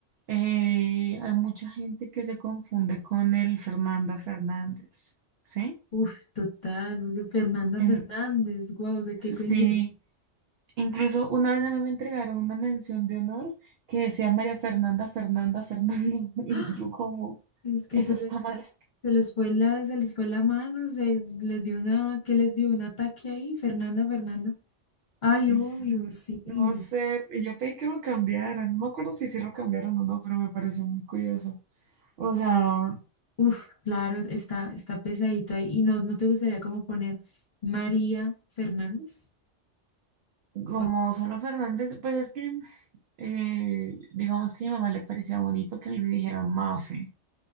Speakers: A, on the right; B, on the left.
A: Eh, hay mucha gente que se confunde con el Fernanda Fernández, ¿sí?
B: Uf, total, porque Fernanda
A: En-
B: Fernández, guau, o sea, qué
A: sí,
B: coincidencia.
A: incluso una vez a mí me entregaron una mención de honor que decía María Fernanda Fernanda Fernanda <laughs> y
B: ¡Ah!
A: yo como,
B: Es que
A: eso
B: se
A: está
B: les,
A: mal.
B: se les fue la, se les fue la mano, se les dio una, que les dio un ataque ahí, Fernanda Fernanda. Ay,
A: Es-
B: obvio, sí.
A: No sé, y yo pedí que lo cambiaran, no me acuerdo si sí lo cambiaron o no, pero me pareció muy curioso. O sea,
B: Uf, claro, está, está pesadito ahí. ¿Y no, no te gustaría como poner María Fernández?
A: como
B: O no sé.
A: solo Fernández, pues es que, eh, digamos que a mi mamá le parecía bonito que a mí me dijeran Mafe.